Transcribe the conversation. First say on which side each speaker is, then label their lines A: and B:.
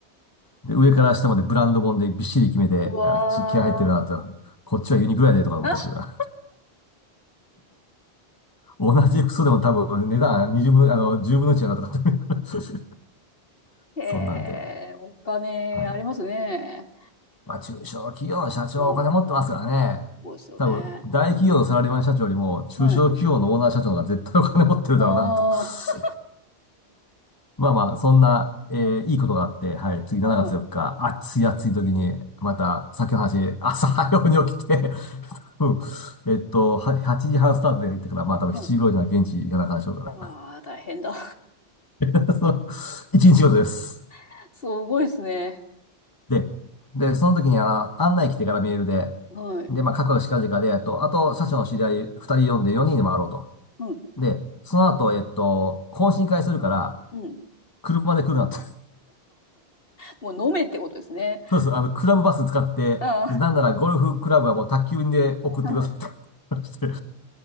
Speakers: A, on the left (about 20°); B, on the left (about 60°).
A: で、上から下までブランド本でびっしり決めて、
B: うわ
A: あち気合入ってるなと、こっちはユニクロやでとか思ったんですけど、
B: ー。<laughs> あ
A: <laughs> 同じ服装でも多分値段20分、あの、じゅう0分の1やなとかって <laughs>
B: へ
A: そんなんで、
B: え、お金ありますね。
A: はい。まあ、中小企業の社長はお金持ってますからね。
B: うん。すごいですよね。
A: 多分、大企業のサラリーマン社長よりも、中小企業のオーナー社長の方が絶対お金持ってるだろうなと。
B: はい。ああ。
A: <laughs> まあまあ、そんな、えーいいことがあって、
B: うん。
A: はい、次7月4日、
B: はい。
A: 暑い暑い時に、また、さっきの話、朝早うに起きて、<laughs> うん、えっと、は8時半スタートで行ってから、まあ多分7時頃には現地行かなあかんでしょうか
B: はい。わあ、大変だ。
A: ら。<laughs> そう一日仕事です。
B: <laughs> すごいですね。
A: で、で、
B: うん。
A: その時にあの、案内来てからメールで、
B: はい。
A: で、まあ、かくかくしかじかで、あと、あと、社長の知り合い2人呼んで4人で回ろうと。
B: うん。
A: で、その後、えっと、懇親会するから、
B: うん。
A: 車で来るなって。<laughs>
B: もう飲めってことですね。
A: そうそう、あの、クラブバス使って、
B: もうあ
A: で、なんならゴルフクラブはもう宅急便で送ってくださいと。
B: あ、はい。
A: <laughs> して